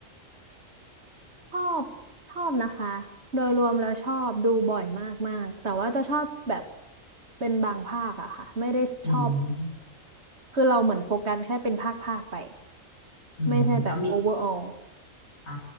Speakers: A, on the right (about 55°); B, on the left (about 85°).
A: <laughs> ชอบชอบนะคะโดยรวมแล้วชอบดูบ่อยมากมากแต่ว่าจะชอบแบบเป็นบางภาคอะค่ะไม่ได้ชอบ
B: อืม
A: คือเราเหมือนโฟกัสแค่เป็นภาคภาคไป
B: อืมแล้วมี
A: ไม่ใช่แบบโอเวอร์ออล
B: อ่า